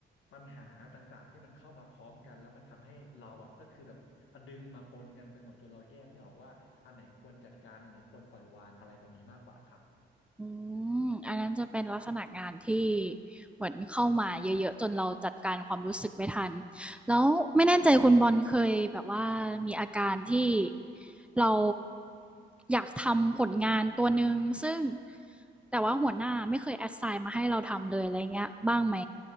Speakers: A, on the left; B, in the centre.
A: ปัญหาต่างๆที่มันเข้ามาพร้อมกันแล้วมันทำให้เราอ่ะก็คือแบบดึงมาปนกันไปหมดจนเราแยกไม่ออกว่าอันไหนควรจัดการอันไหนควรปล่อยวางอะไรแบบนี้มากกว่าครับ
B: อืมอันนั้นจะเป็นลักษณะงานที่เหมือนเข้ามาเยอะๆจนเราจัดการความรู้สึกไม่ทัน แล้วไม่แน่ใจคุณบอลเคยแบบว่ามีอาการที่เราอยากทำผลงานตัวหนึ่งซึ่งแต่ว่าหัวหน้าไม่เคยแอสไซน์มาให้เราทำเลยอะไรเงี้ยบ้างไหม